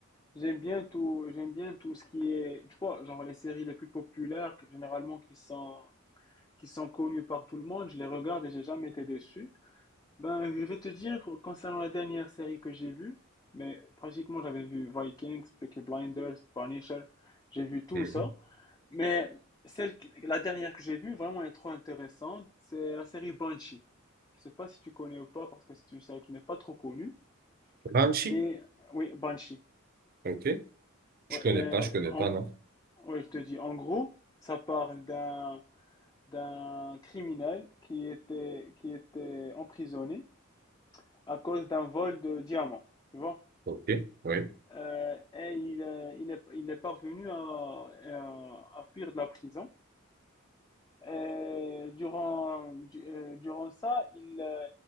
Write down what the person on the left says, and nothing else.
J'aime bien tout, j'aime bien tout ce qui est, tu vois, genre les séries les plus populaires, que- généralement qui sont, qui sont connues par tout le monde, je les regarde et j'ai jamais été déçu. Ben, je vais te dire, concernant la dernière série que j'ai vue, mais pratiquement j'avais vu Vikings, Peaky Blinders, Punisher, j'ai vu tout
ça. Mais celle, qui- la dernière que j'ai vue, vraiment elle est trop intéressante, c'est la série Banshee. Je sais pas si tu connais ou pas, parce que c'est une série qui n'est pas trop connue,
mais oui, Banshee.
Ouais,
mais
en,
Ouais, je te dis, en gros, ça parle d'un d'un criminel qui était qui était emprisonné à cause d'un vol de diamants, tu vois.
Euh, et il est, il est, il est parvenu à, à, à fuir de la prison. Et durant du- euh, durant ça, il euh,